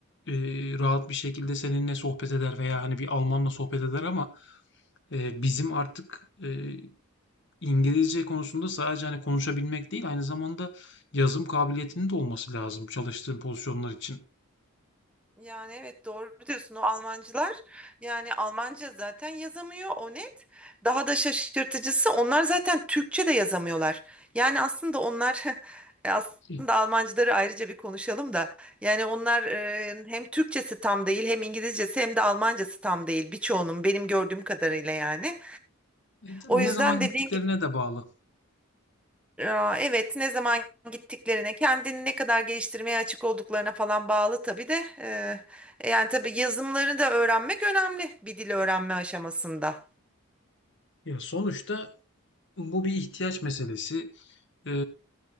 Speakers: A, on the left (about 55°); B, in the centre.
A: e, rahat bir şekilde seninle sohbet eder veya hani bir Almanla sohbet eder ama e, bizim artık e, İngilizce konusunda sadece hani konuşabilmek değil aynı zamanda yazım kabiliyetinin de olması lazım çalıştığın pozisyonlar için.
B: Yani evet doğru diyorsun o Almancılar yani Almanca zaten yazamıyor o net. Daha da şaşırtıcısı onlar zaten Türkçe de yazamıyorlar. Yani aslında onlar <laughs> e, aslında
A: E,
B: Almancıları ayrıca bir konuşalım da yani onlar e, hem Türkçesi tam değil hem İngilizcesi hem de Almancası tam değil birçoğunun benim gördüğüm kadarıyla yani.
A: tabii
B: O yüzden
A: ne zaman
B: dediğin
A: gittiklerine de bağlı.
B: ya, evet ne zaman gittiklerine, kendini ne kadar geliştirmeye açık olduklarına falan bağlı tabii de. e, yani tabii yazımları da öğrenmek önemli bir dil öğrenme aşamasında.
A: Ya sonuçta bu bir ihtiyaç meselesi. Ee,